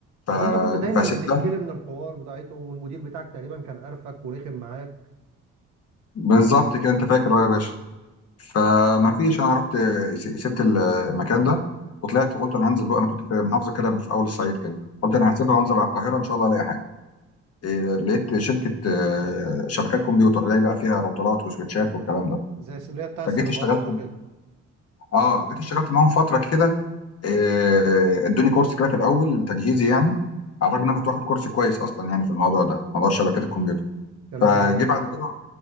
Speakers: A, on the left; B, on the right.
A: ف...
B: ما هو انت كنت دايما
A: فسبتها
B: بتشكيلي من الحوار بتاعتهم والمدير بتاعك تقريبا كان قرفك ورخم معاك
A: بالظبط كده انت فاكر أهو يا باشا فما فيش انا رحت سبت المكان ده وطلعت وقلت انا هنزل بقى انا كنت في محافظه كده في اول الصعيد كده قلت انا هسيبها وانزل على القاهره ان شاء الله الاقي حاجه إيه، لقيت شركه آه، شبكات كمبيوتر اللي هي بقى فيها راوترات وسويتشات والكلام ده
B: زي السبلية بتاع السيرفرات
A: فجيت اشتغلت
B: وكده
A: اه جيت اشتغلت معاهم فتره كده آه، ادوني كورس كده في الاول تجهيزي يعني على الرغم ان انا كنت واخد كورس كويس اصلا يعني في الموضوع ده موضوع شبكات الكمبيوتر
B: كلام
A: فجي
B: جميل
A: بعد كده